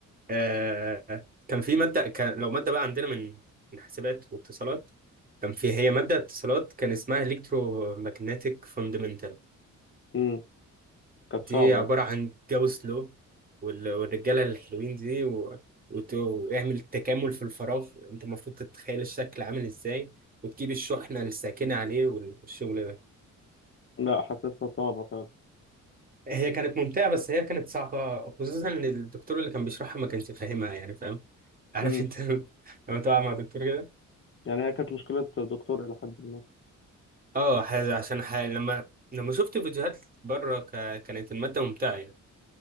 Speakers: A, on the right; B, on the left.
A: آه كان في مادة كان لو مادة بقى عندنا من من حاسبات واتصالات كان في هي مادة اتصالات كان اسمها ماجنتيك فاندمنتال
B: امم كانت
A: دي
B: صعبه
A: عبارة
B: يعني
A: عن جاوس لو وال- والرجالة الحلوين دي و... وت... واعمل تكامل في الفراغ انت المفروض تتخيل الشكل عامل ازاي وتجيب الشحنة الساكنة عليه والشغل ده
B: لا حاسسها صعبه فعلا
A: هي كانت ممتعة بس هي كانت صعبة خصوصا ان الدكتور اللي كان بيشرحها ما كانش فاهمها يعني فاهم عارف
B: امم
A: انت <laughs> لما تقع مع دكتور كده
B: يعني هي كانت مشكله دكتور الى حد ما
A: اه ح- عشان ح... لما لما شفت فيديوهات بره ك... كانت المادة ممتعة يعني